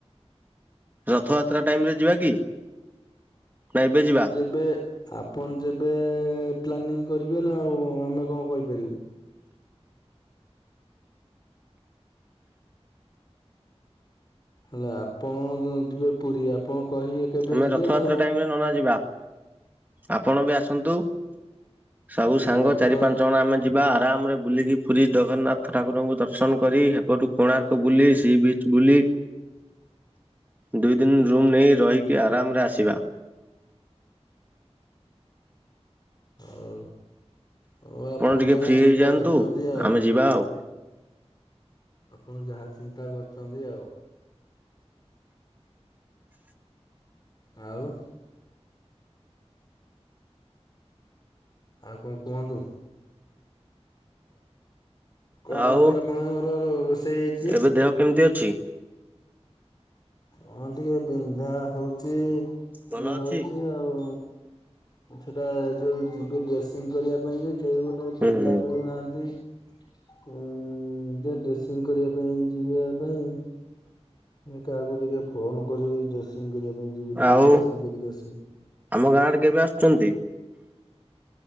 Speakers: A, on the right (about 15°); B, on the left (about 40°).
A: ରଥଯାତ୍ରା ଟାଇମ ରେ ଯିବା କି? ନା ଏବେ ଯିବା।
B: ଏବେ ଆପଣ ଯେବେ ପ୍ଲାନିଂ କରିବେ ନା ଆଉ ଆମେ କଣ କହିପାରିବୁ। ହେଲେ ଆପଣ ଯିବେ ପୁରୀ ଆପଣ କହିବେ। କେବେ
A: ଆମେ
B: ଯିବେ
A: ରଥଯାତ୍ରା
B: ନା ଆଉ
A: ଟାଇମ ରେ ନନା ଯିବା ଆପଣ ବି ଆସନ୍ତୁ। ସବୁ ସାଙ୍ଗ
B: ରଥ
A: ଚାରି ପାଞ୍ଚ ଜଣ ଆମେ -- ଯିବା ଆରାମରେ ବୁଲିକି ପୁରୀ ଜଗନ୍ନାଥ ଠାକୁରଙ୍କୁ ଦର୍ଶନ କରି ହେ ପଟୁ କୋଣାର୍କ ବୁଲି ସି ବି ବୁଲି ଦୁଇ ଦିନ ରୁମ୍ ନେଇ ରହିକି ଆରାମରେ ଆସିବା।
B: ହଉ, ହଉ ଆପଣ
A: ଟିକେ
B: ଯାହା
A: ଫ୍ରି ହେଇଯାଆନ୍ତୁ
B: ଚିନ୍ତା କରଚନ୍ତି ଆଉ।
A: ଆମେ ଯିବା ଆଉ।
B: ଆପଣ ଯାହା ଚିନ୍ତା କରିଚନ୍ତି ଆଉ। ଆଉ ଆଉ କଂ କୁହନ୍ତୁ? କଣ
A: ଆଉ
B: ଆଜି ଆପଣଙ୍କରର ରୋଷେଇ ହେଇଚି।
A: ଏବେ ଦେହ କେମିତି ଅଛି?
B: ହଁ ଟିକେ ବିନ୍ଧା ହଉଚି ଇଏ
A: ଭଲ ଅଛି?
B: ହଉଚି ଆଉ। ସେଟା ଯୋଉ ଯିବେ ଡ୍ରେସିଂ କରିବା ପାଇଁ ଯେ କେହି ଗୋଟେ
A: ହୁଁ
B: ପିଲା
A: ହୁଁ
B: ମିଳୁନାହାନ୍ତି। ଉଁ ଯିଏ ଡ୍ରେସିଂ କରିବା ପାଇଁ ଯିବା ପାଇଁ। କାହାକୁ ଟିକେ ଫୋନ କରିବି ଡ୍ରେସିଂ କରିବା ପାଇଁ ଯିବି ଟିକେ
A: ଆଉ
B: ଡ୍ରେସିଂ କରିକି ଆସିବି।
A: ଆମ ଗାଁ ଆଡେ କେବେ ଆସୁଚନ୍ତି?